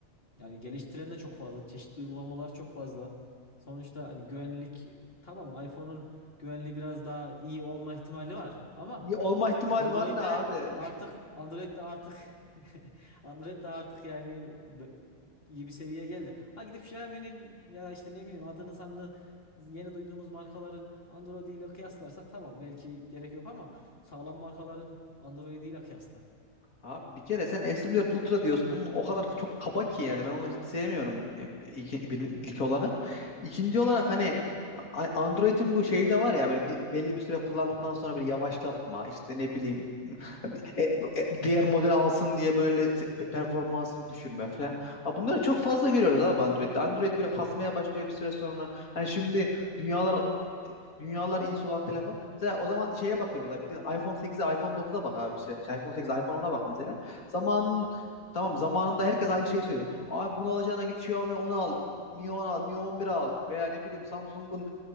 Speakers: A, on the left; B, on the left.
A: yani geliştiren de çok fazla. Çeşitli uygulamalar çok fazla. Sonuçta hani güvenlik e, tamam iPhone'un güvenliği biraz daha iyi olma ihtimali var ama
B: Ya Olma ihtimali
A: Android
B: var ne abi?
A: de artık Android de artık <laughs> Android de artık yani be- iyi bir seviyeye geldi. Ha gidip Xiaomi'nin ya işte ne bileyim adını sanını yeni duyduğumuz markaların Android ile kıyaslarsak tamam belki gerek yok ama sağlam markaların Android ile kıyasla.
B: Abi bir kere sen S4 Ultra diyorsun. Onun o kadar çok kaba ki yani. Ben onu hiç sevmiyorum e, iki- bir, ilk olarak. İkinci olarak hani a- Android'in bu şeyi de var ya böyle bir, belli bir süre kullandıktan sonra bir yavaşlatma işte ne bileyim e, e, diğer model alsın diye böyle se- performansını düşürme falan. Ha bunları çok fazla görüyoruz abi Android'de. Android böyle kasmaya başlıyor bir süre sonra. Hani şimdi dünyalar e, dünyalar iyi olan Mesela o zaman şeye bakıyoruz abi. iPhone 8'e, iPhone 9'a bak abi işte. Şey, iPhone 8'e, iPhone 10'a bak mesela. Zamanın tamam zamanında herkes aynı şeyi söylüyor. Abi bunu alacağına git Xiaomi 10 al. Mi 10 al, Mi 11 al veya ne bileyim Samsung'un